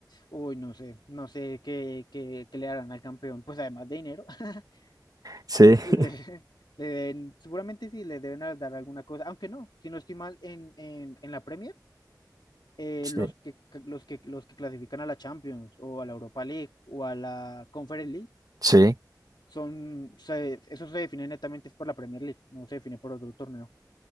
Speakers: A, on the left; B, on the right.
A: Uy, no sé, no sé qué, qué, qué le darán al campeón, pues además de dinero, <laughs>
B: Sí.
A: le,
B: <laughs>
A: le deben- seguramente sí le deben a- dar alguna cosa, aunque no, si no estoy mal, en, en, en la Premier. eh,
B: Sí.
A: los que, los que, los que clasifican a la Champions o a la Europa League o a la Conference League
B: Sí.
A: son, se- eso se define netamente es por la Premier League, no se define por otro torneo.